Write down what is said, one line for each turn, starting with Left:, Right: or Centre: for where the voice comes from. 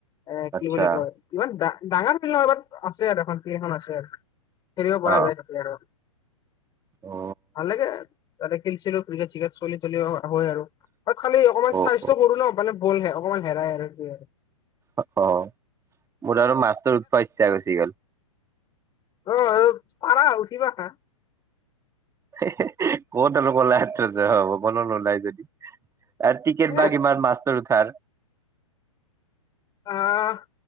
Left: এ,
Right: আচ্ছা
Left: কি বুলি কয়, ইমান ডাঙৰ ফিল্ড নহয়, বাদ আছে আৰু, এখন ফিল্ড এখন আছে আৰু। খেলিব পৰা
Right: অ
Left: যায় তাতে আৰু।
Right: অ
Left: ভাল লাগে, তাতে খেলছিলো ক্ৰিকেট-চিকেট চলি তলিও <unintelligible> হয় আৰু। খালি অকমান
Right: অ অ
Left: চাইজটো সৰু ন', মানে বল হে অকমান হেৰাই আৰু, কি আৰু।
Right: অ, অ', মোৰ আৰু মাছটোৰ উঠোৱা ইচ্ছা গুছি গ'ল <unintelligible>
Left: অ', পাৰা উঠিবা খা <unintelligible>
Right: হে, হে, ক'ত আৰু ওলাই <unintelligible> কোনো নোলাই যদি। আৰু টিকেট
Left: আহ
Right: বা কিমান মাছটোৰ উঠাৰ।
Left: অ',